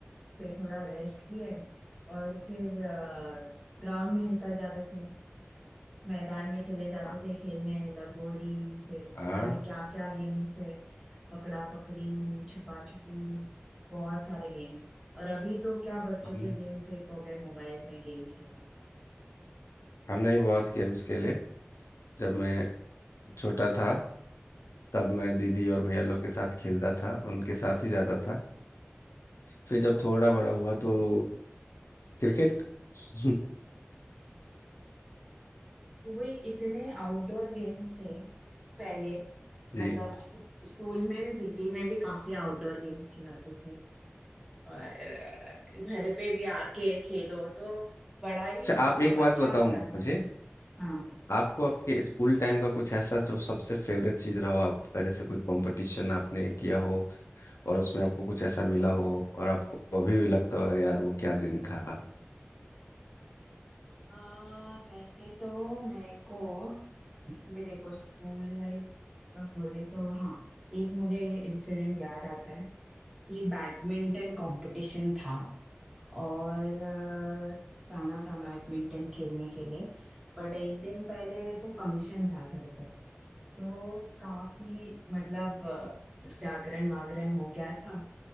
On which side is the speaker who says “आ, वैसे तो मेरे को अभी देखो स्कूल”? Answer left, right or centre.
Centre